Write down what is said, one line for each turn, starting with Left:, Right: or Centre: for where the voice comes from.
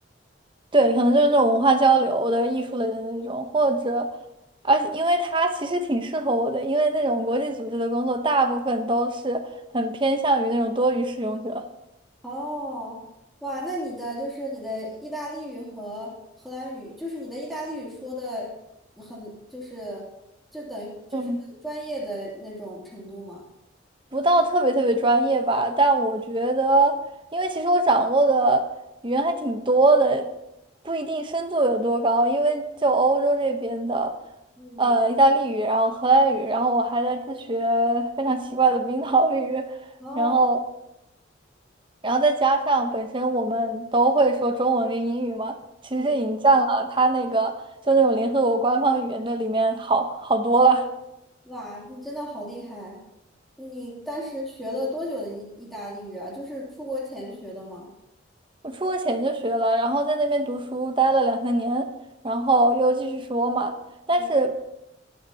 Right: 对，可能就是那种文化交流的艺术类的那种，或者，而且因为它其实挺适合我的，因为那种国际组织的工作大部分都是很偏向于那种多语使用者，
Centre: 哦，哇，那你的就是你的意大利语和荷兰语，就是你的意大利语说的很，就是就等于就是专业的那种程度吗？
Right: 嗯不到特别特别专业吧。但我觉得，因为其实我掌握的语言还挺多的，不一定深度有多高，因为就欧洲这边的，
Centre: 嗯，
Right: 呃，意大利语，然后荷兰语，然后我还在自学非常奇怪的冰岛语，
Centre: 哦，
Right: 然后。然后再加上本身我们都会说中文跟英语嘛，其实这已经占了他那个就那种联合国官方语言的里面好好多了。
Centre: 嗯。哇，你真的好厉害！你当时学了多久的意意大利语啊？就是出国前学的吗？
Right: 我出国前就学了，然后在那边读书待了两三年，然后又继续说嘛。但是
Centre: 嗯，